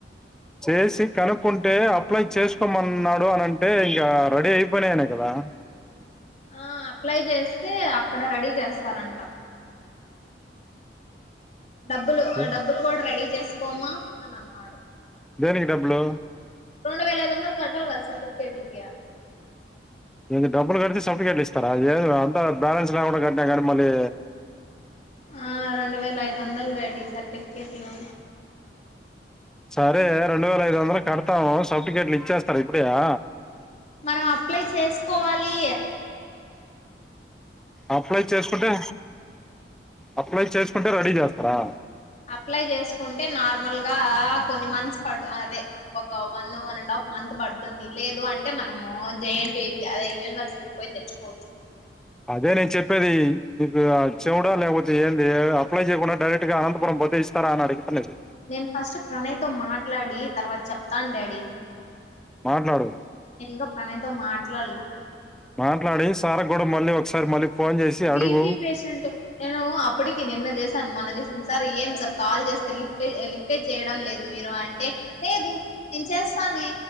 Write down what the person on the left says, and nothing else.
ఆ అప్లై చేస్తే అక్కడ రెడీ చేస్తారంట. డబ్బులు
డబ్బులు కూడా రెడీ చేసుకోమా అని అన్నాడు.
రెండు వేల ఐదు వందలు కట్టాలి కదా సర్టిఫికేట్లకి.
ఆ రెండు వేల ఐదు వందలు రెడి సర్టిఫికెట్లు.
మనం అప్లై చేసుకోవాలి.
అప్లై చేసుకుంటే నార్మల్ గా. కొన్ని మంత్స్ ప అదే ఒక one one and half month పడుతుంది లేదు అంటే మనము జ. అదే యూనివర్సిటీకి పోయి తెచ్చపోచ్చు.
నేను ఫస్ట్ ప్రణయ్ తో మాట్లాడి తర్వాత చెప్ప. చెప్తాను డాడీ
నేను ఇంకా ప్రణయ్ త మాట్లాడలా.
బీబి
పేషెంట్ నేను అప్పటికి నిన్న చేసాను మొన్న చేసాను. సార్ ఏం సార్ కాల్ చేస్తే లిఫ్ లిఫ్టేట్ చేయడం లేదు మీరు అంటే లేదు నేను చేస్తాను. చేస్తానె